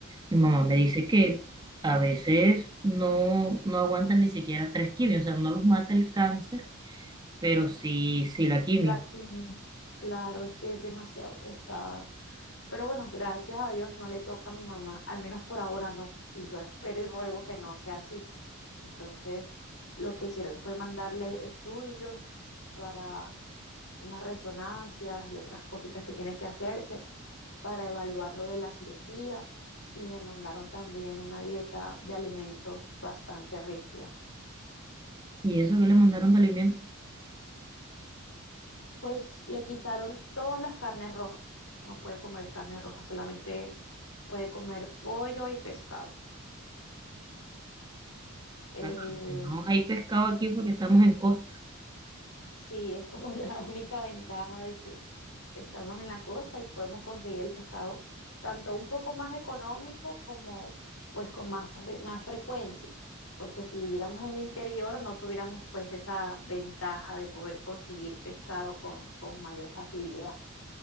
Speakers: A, on the right (about 20°); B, on the left (about 70°).
A: mi mamá me dice que a veces no, no aguantan ni siquiera tres quimios, o sea, no los mata el cáncer, pero sí, sí la quimio.
B: La quimio, claro, es que es demasiado pesada. Pero bueno, gracias a Dios no le toca a mi mamá, al menos por ahora no. Y yo espero y ruego que no sea así. Entonces, lo que hicieron fue mandarle estudios para unas resonancias y otras cositas que tiene que hacerse para evaluar lo de la cirugía. Y le mandaron también una dieta de alimentos bastante rígida.
A: ¿Y eso que le mandaron de alimentos?
B: Pues le quitaron todas las carnes rojas. No puede comer carne roja, solamente puede comer pollo y pescado. Eh,
A: Bueno, al menos hay pescado aquí porque estamos en costa.
B: Sí, es como <laughs> la única ventaja de que estamos en la costa y podemos conseguir el pescado tanto un poco más económico como pues con más, fre- más frecuencia, porque si viviéramos en el interior no tuviéramos pues esa ventaja de poder conseguir pescado con, con mayor facilidad.